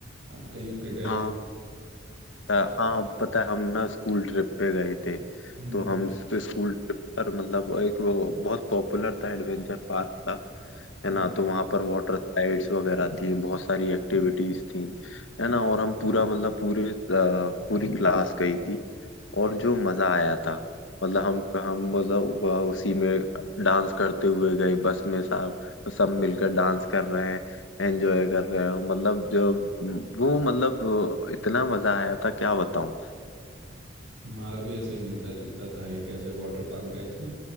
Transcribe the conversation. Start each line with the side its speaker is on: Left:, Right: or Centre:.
Right: आप कहीं पे गए
Left: हाँ
Right: हो
Left: पता- हाँ पता है हम ना स्कूल ट्रिप पे गए थे
Right: हम्म
Left: तो हम स्कूल ट्रिप पर मतलब एक वो बहुत पॉपुलर था एडवेंचर पार्क था
Right: हाँ
Left: है ना तो वहां पर वाटर स्लाइड्स वगैरह थी बहुत सारी एक्टिविटीज थी है ना और हम पूरा मतलब पूरे अ, पूरी क्लास गई थी और जो मजा आया था मतलब हम हम मतलब वह उसी में डांस करते हुए गए बस में सब सब मिलकर डांस कर रहे हैं एंजॉय कर रहे हैं मतलब जो वो मतलब इतना मजा आया था क्या बताऊं
Right: हमारा भी ऐसे ही मिलता जुलता था एक ऐसे वाटर पार्क गए थे